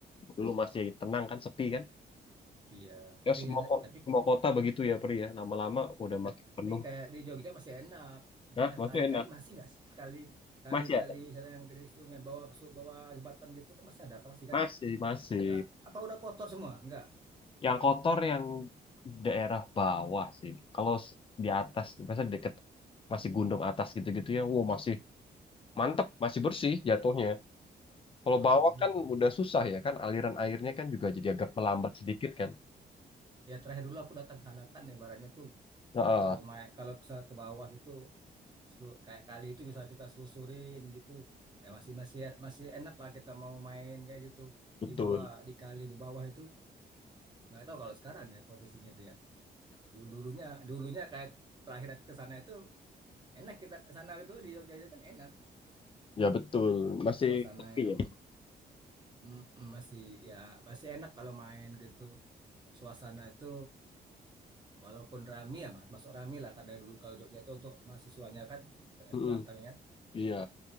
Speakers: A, on the left; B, on the right.
A: dulu masih tenang kan sepi kan
B: iya tapi
A: ya semua ko-
B: tapi
A: semua kota begitu ya Pri ya lama-lama udah
B: tapi
A: makin penuh
B: kayak di Jogja masih enak
A: nah
B: Ya,
A: maksudnya
B: kali-kali
A: enak
B: masih nggak sih kali kali-kali
A: masih ada
B: misalnya yang ke sungai bawa ke su- bawa jembatan gitu tuh masih ada kan masih kan
A: masih masih
B: Nggak. apa udah kotor semua nggak
A: yang kotor yang daerah bawah sih kalau s- di atas biasanya deket masih gunung atas gitu-gitu ya wow masih mantep masih bersih jatuhnya kalau
B: Ah,
A: bawah
B: iya.
A: kan udah susah ya kan aliran airnya kan juga jadi agak melambat sedikit kan
B: Ya terakhir dulu aku datang ke Hanakan ibaratnya tuh
A: Heeh,
B: kalau ma- kalau ke ke bawah gitu selu- kayak kali itu bisa kita selusurin gitu. Ya masih masih masih enak lah kita mau main kayak gitu
A: betul
B: di bawah di kali di bawah itu nggak tahu kalau sekarang ya posisinya itu ya. Dulu dulunya dulunya kayak terakhir aku ke sana itu enak kita ke sana itu di Jogja itu kan enak.
A: <laughs> ya betul masih
B: Suasana
A: sepi
B: yang
A: ya
B: mm, mm, masih ya masih enak kalau main gitu. Suasana itu Walaupun rame ya mas, masuk rame lah karena dulu kalau Jogja itu untuk mahasiswanya kan eh,
A: Mm-mm,
B: beratangnya kan.
A: iya